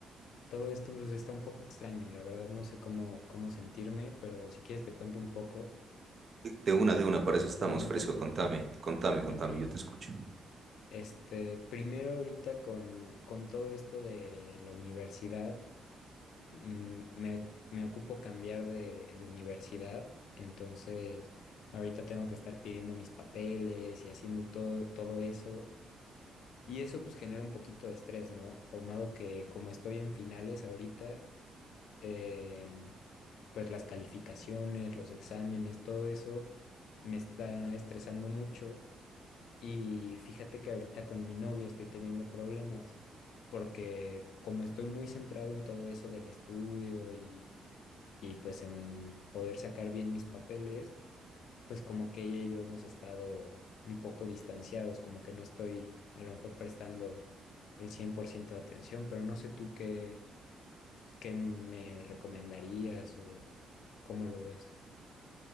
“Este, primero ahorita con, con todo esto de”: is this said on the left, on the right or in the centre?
Left